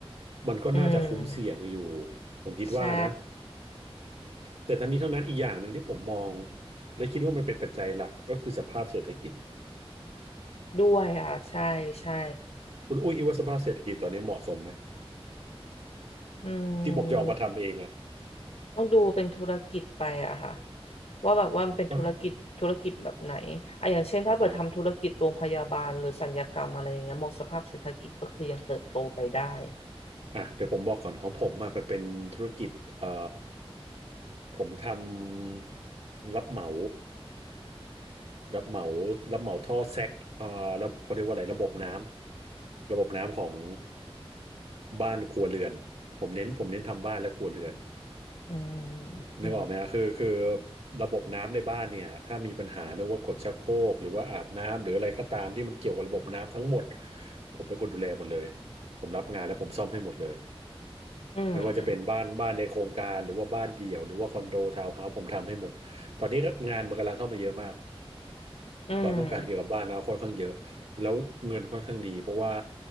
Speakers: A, on the right; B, on the left.
A: มันก็น่าจะคุ้มเสี่ยงอยู่
B: อืม
A: ผมคิดว่านะ
B: ใช่
A: แต่ทั้งนี้ทั้งนั้นอีกอย่างหนึ่งที่ผมมองและคิดว่ามันเป็นปัจจัยหลักก็คือสภาพเศรษฐกิจ
B: ด้วยอ่ะใช่ใช่
A: คุณอุ้ยคิดว่าสภาพเศรษฐกิจตอนนี้เหมาะสมไหม
B: อื
A: ที่ผมจะออกมาทำเองอ่ะ
B: มต้องดูเป็นธุรกิจไปอะค่ะว่าแบบว่ามันเป็นธุรกิจธุรกิจแบบไหนอะอย่างเช่นถ้าเปิดทำธุรกิจโรงพยาบาลหรือศัลยกรรมอะไรอย่างเงี้ยมองสภาพเศรษฐกิจก็คือยังเติบโตไปได้
A: ก็อ่าอ่ะเดี๋ยวผมบอกก่อนของผมมาเป็นธุรกิจเอ่อผมทำรับเหมา รับเหมารับเหมาท่อแซกเอ่อแล้วเขาเรียกว่าอะไรระบบน้ำระบบน้ำของบ้านครัวเรือนผมเน้นผมเน้นทำบ้านและครัวเรือน
B: อืม
A: นึกออกไหมฮะคือคือระบบน้ำในบ้านเนี่ย ถ้ามีปัญหาไม่ว่ากดชักโครกหรือว่าอาบน้ำ หรืออะไรก็ตามที่มันเกี่ยวกับระบบน้ำทั้งหมดผมเป็นคนดูแลหมดเลยผมรับงานแล้วผมซ่อมให้หมดเลย
B: อืม
A: ไม่ว่าจะเป็นบ้านบ้านในโครงการ หรือว่าบ้านเดี่ยวหรือว่าคอนโดทาวน์เฮาส์ผมทำให้หมดตอนนี้งานมันกำลังเข้ามาเยอะมาก
B: อืม
A: ความต้องการเกี่ยวกับบ้านนะค่อนข้างเยอะแล้วเงินค่อนข้างดีเพราะว่า